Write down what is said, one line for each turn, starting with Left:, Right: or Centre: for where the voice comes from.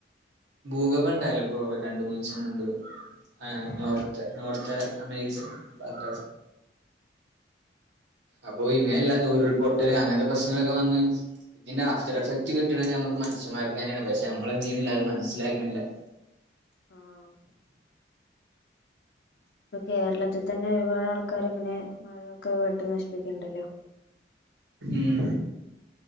Right: ഭൂകമ്പണ്ടായല്ലൊപ്പൊ രണ്ട് മൂന്നീസം മുമ്പ്. ഏഹ്‌
Left: ആഹ്
Right: നോർത്ത് നോർത്തെ അമേരിച്ച <unintelligible> ബക്ക അപ്പോ ഇങ്ങനെയല്ല തോരുൾപൊട്ടല്
Left: ആഹ്
Right: അങ്ങനത്തെ പ്രശ്നങ്ങളൊക്കെ വന്ന് ഇതിന്റെ ആഫ്റ്റർ എഫക്റ്റ് കിട്ടണ നമുക്ക് മനുഷ്യമാർക്ക് തന്നാണ് പക്ഷെ നമ്മൾ എന്ത് ചെയ്യുന്നില്ല അത് മനസിലാക്കുന്നില്ല
Left: ആഹ് ഇപ്പൊ കേരളത്തിൽ തന്നെ ഒരുപാട് ആൾക്കാർ ഇങ്ങനെ മരൊക്കെ വെട്ടി നശിപ്പിക്കണ്ടല്ലോ
Right: ഉം